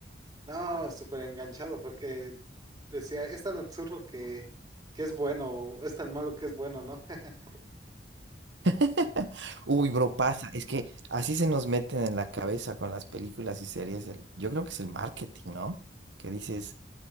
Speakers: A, on the right (about 20°); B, on the right (about 80°).
A: No, súper enganchado porque decía, es tan absurdo que, que es bueno, es tan malo que es bueno, ¿no? <laughs>
B: <laughs> Uy,
A: O-
B: bro, pasa. Es que así se nos meten en la cabeza con las películas y series. el- yo creo que es el marketing, ¿no? Que dices,